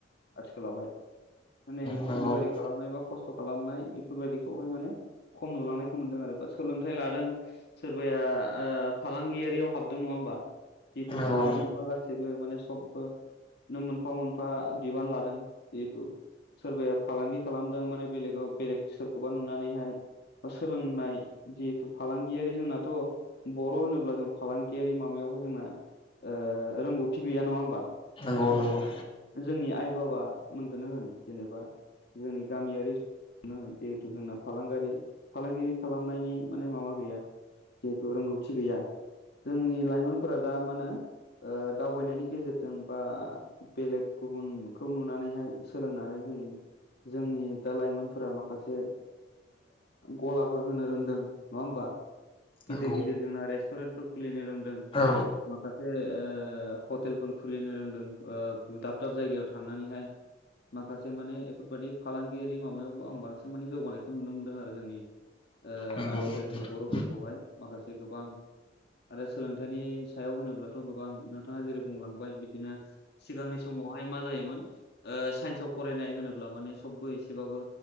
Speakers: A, on the left (about 60°); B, on the left (about 30°).
A: आथिखालावहाय माने खेथि
B: नंगौ
A: बारि खालाम खस्थ खस्थ' खालामनाय बेफोरबायदिखौहाय माने खम नुलांनायखौ मोनदों आरो बा सोलोंथाइ लादों सोरबाया फालांगियारियाव हाबदों नङा होमबा जिथु
B: नंगौ
A: मोनफा
B: नंगौ
A: मोनफा गासैबो माने सबबो ननो मोनफ मोनफा मोनफा बिबान लादों जिहेथु सोरबाया फालांगि खालामदों माने बेलेगाव बेलेग सोरखौबा नुनानैहाय बा सोलोंनाय जिहेथु फालांगियारि जोंनाथ' बर' होनोब्ला जों फालांगियारि माबायावहाय जोंना ओ रोंगौथि गैया नङा होमबा?
B: नंगौ नंगौ।
A: जोंनि आइ बाबा मोनखौनो होन जेनेबा जोंनि गामियारि नो होन जिहेथु जोंना फालांगारि फालांगिरि खालामनायनि माने माबा गैया जहेथु रोंगौथि गैया जोंनि लाइमोनफोरा दा मानो ओ दावबायनायनि गेजेरजों बा बेलेग गुबुनखौ नुनानैहाय सोलोंनानै जों जोंनि दा लाइमोनफोरा माखासे गलाफोर होनो रोंदों नङा होमबा
B: नंगौ
A: गिदिर गिदिर जोंना रेस्टुरेन्टफोर खुलिनो रोंदों
B: औ
A: माखासे हटेलफोर खुलिनो रोंदों दाब दाब जायगायाव थांनानैहाय माखासे माने बेफोरबायाददि फालांगियारि माबायावबो आं बांसिन माने जौगानायखौ नुनो मोनदों आरो जोंनि
B: नंगौ
A: आथिखालनि
B: नंगौ
A: बर'फोरखौहाय माखासे गोबां आरो सोलोंथाइनि सायाव होनोब्लाथ' गोबां नोंथाङा जेरै बुंलांबाय बिदिनो सिगांनि समावहाय मा जायोमोन ओ साइन्सआव फरायनाय होनोब्ला माने सबबो एसेबाबो